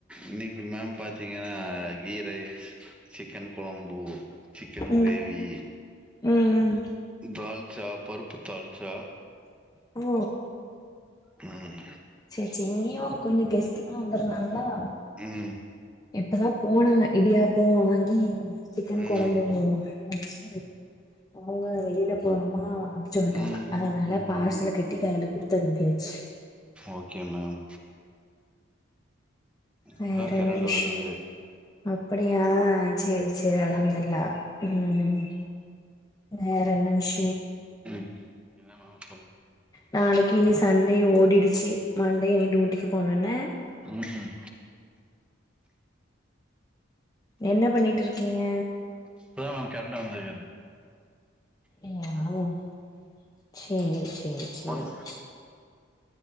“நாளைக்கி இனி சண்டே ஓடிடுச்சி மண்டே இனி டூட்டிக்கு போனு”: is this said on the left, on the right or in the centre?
Left